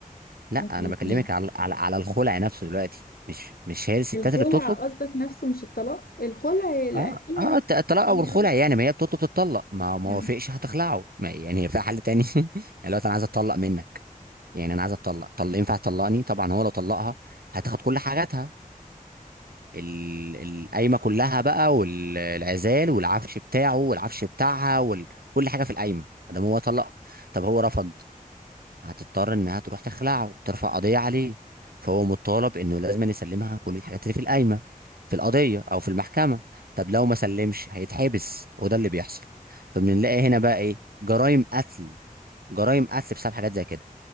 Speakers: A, on the right; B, on the left.
A: لا
B: ممكن
A: انا
B: الاثنين
A: بكلمك على على, على الخلع نفسه دلوقتي مش مش هي الستات
B: الخلع
A: اللي بتطلب
B: قصدك نفسه مش الطلاق الخلع لا
A: اه
B: الخلع
A: اه الت- الطلاق
B: <laughs>
A: او الخلع يعني ما هي بتطلب تتطلق ما ما
B: مم.
A: وافقش هتخلعه ما يعني هي يعني في حل تاني <laughs> يعني لو انا عايز اتطلق منك يعني انا عايز اتطلق طل ينفع تطلقني طبعا هو لو طلقها هتاخد كل حاجاتها ال- القايمه كلها بقى والعزال والعفش بتاعه والعفش بتاعها وكل حاجه في القايمه ده هو طلقها طب هو رفض هتضطر انها تروح تخلعه ترفع قضيه عليه فهو مطالب انه لازم يسلمها كل الحاجات اللي في القايمه في القضيه او في المحكمه طب لو ما سلمش هيتحبس وده اللي بيحصل فبنلاقي هنا بقى ايه جرائم قتل جرائم قتل بسبب حاجات زي كده